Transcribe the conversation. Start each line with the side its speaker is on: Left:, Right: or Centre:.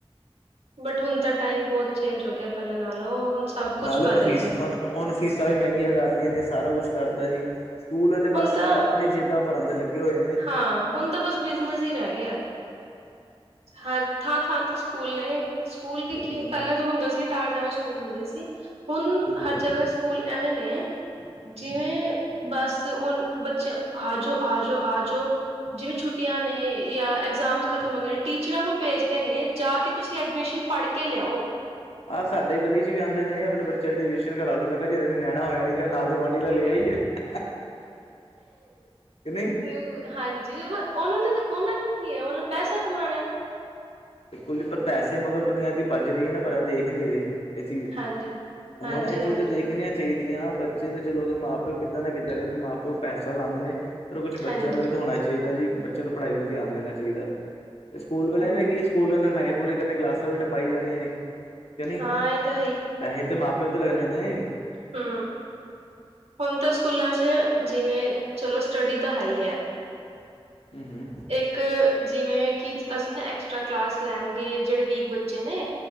Right: ਬਟ ਹੁਣ ਤਾਂ ਟਾਈਮ ਬਹੁਤ ਚੇਂਜ ਹੋ ਗਿਆ ਪਹਿਲਾਂ ਨਾਲੋ ਹੁਣ ਸਭ ਕੁਛ
Left: ਨਾਲੇ
Right: ਬਦਲ
Left: ਹੁਨ ਫੀਸ
Right: ਗਿਆ
Left: ਹੁਨ ਫੀਸਾਂ ਵੀ ਮਹਿੰਗੀਆਂ ਕਰਤੀਆਂ ਨੇ ਸਾਰਾ ਕੁਛ ਕਰਤਾ ਜੀ। ਉਹਨਾਂ ਨੇ ਬਸ
Right: ਹੁਣ ਤਾਂ
Left: ਆਪਣੀ ਜੇਬਾਂ ਭਰਨ ਤੇ ਲੱਗੇ ਹੋਏ ਨੇ
Right: ਹਾਂ ਹੁਣ ਤਾਂ ਬਸ ਬਿਜਨਸ ਹੀ ਰਹਿ ਗਿਆ। ਹਰ ਥਾਂ-ਥਾਂ ਤੇ ਸਕੂਲ ਨੇ, ਸਕੂਲ
Left: ਬਿਲਕੁਲ
Right: ਵੀ ਕੀ ਪਹਿਲਾਂ ਤਾਂ ਹੁੰਦਾ ਸੀ ਟਾਵੇਂ-ਟਾਵੇਂ ਸਕੂਲ ਹੁੰਦੇ ਸੀ, ਹੁਣ
Left: ਬਿਲਕੁਲ
Right: ਹਰ ਜਗ੍ਹਾ ਸਕੂਲ ਐਵੇਂ ਨੇ, ਜਿਵੇਂ ਬੱਸ ਬੱਚੇ ਆਜੋ ਆਜੋ ਆਜੋਂ ਜਿਵੇਂ ਛੁੱਟੀਆਂ ਨੇ ਯਾ ਐਗਜ਼ਾਮਜ ਖਤ ਖਤਮ ਹੁੰਦੇ ਨੇ ਟੀਚਰਾਂ ਨੂੰ ਭੇਜਦੇ ਨੇ ਜਾ ਕੇ ਤੁਸੀਂ ਐਡਮਿਸ਼ਨ ਫੜ ਕੇ ਲਿਆਓ।
Left: ਆਹ ਸਾਡੇ ਗਲੀ 'ਚ ਵੀ ਆਂਦੇ ਨੇ ਆਪਣੇ ਬੱਚਿਆਂ ਨੂੰ ਐਡਿਸ਼ਨ ਕਰਾ ਲ ਲੋ ਮੈਂ ਕਿਹਾ ਜੇ ਨੈਣਾ ਹੋਇਆ ਨੀਗਾ ਨਾਲ ਦੇ ਗੁਆਂਢੀ ਦਾ ਲੈ ਆਈਏ ਕਿ ਨਹੀਂ
Right: ਤੇ ਹਾਂਜੀ ਉਹਨਾਂ ਨੇ ਤਾਂ ਉਹਨਾਂ ਨੂੰ ਕੀ ਹੈ ਉਹਨਾਂ ਨੂੰ ਪੈਸਾ ਕਮਾਣਾ।
Left: ਬਿਲਕੁਲ ਜੀ ਪਰ ਪੈਸੇ
Right: ਤੇ
Left: ਮਗਰ ਦੁਨੀਆਂ ਦੀ ਭੱਜ ਰਹੀ ਏ ਨਾ ਪਰ ਇਹ ਦੇਖ ਨੀ ਰਹੀ। ਇਹ ਚੀਜ਼,
Right: ਹਾਂਜੀ।
Left: ਹੁਣ
Right: ਹਾਂਜੀ-ਹਾਂਜੀ,
Left: ਐ ਚੀਜ਼ ਦੇਖ ਸਿੱਖਣੀਆਂ ਚਾਹੀਦੀਆਂ ਬੱਚੇ ਤਾਂ ਚਲੋ ਅਗਰ ਮਾਂ ਪਿਓ ਕਿੱਦਾਂ ਨਾ ਕਿੱਦਾਂ ਕਰਕੇ ਮਾਂ ਪਿਓ ਪੈਸਾ ਲਾਂਦੇ ਨੇ। ਕੁਛ ਬੱਚਿਆਂ
Right: ਹਾਂਜੀ
Left: ਨੂੰ ਵੀ ਤਾਂ ਹੋਣਾ ਚਾਹੀਦਾ ਜੀ ਬੱਚਿਆਂ ਨੂੰ ਪੜ੍ਹਾਈ ਵੱਲ ਧਿਆਨ ਦੇਣਾ ਚਾਹੀਦਾ, ਤੇ ਸਕੂਲ ਵਾਲਿਆਂ
Right: ਹੂੰ
Left: ਨੇ ਕੀ ਸਕੂਲਾ ਨੇ ਪੈਹੇ ਪੂਰੇ ਕਰਨੇ ਕਲਾਸਾਂ ਵੀ ਟਪਾਈ ਜਾਣੀਆਂ ਜੀ। ਕਿ ਨਹੀਂ
Right: ਹਾਂ ਇਹ ਤਾਂ
Left: ਪੈਹੇ ਤੇ ਮਾਂ- ਪਿਓ ਤੇ ਲੱਗਨੇ ਨੇ।
Right: ਹਾ। ਹੁਨ ਤਾਂ ਸਕੂਲਾਂ 'ਚ ਜਿਵੇਂ ਚਲੋ ਸਟੱਡੀ ਤਾਂ ਹੈ ਹੀ ਐ।
Left: ਹੂੰ ਹੂੰ
Right: ਇੱਕ ਜਿਵੇਂ ਕਿ ਅਸੀਂ ਨਾ ਐਕਸਟਰਾ ਕਲਾਸ ਲੈਣਗੇ ਜਿਹੜੇ ਵੀਕ ਬੱਚੇ ਨੇ।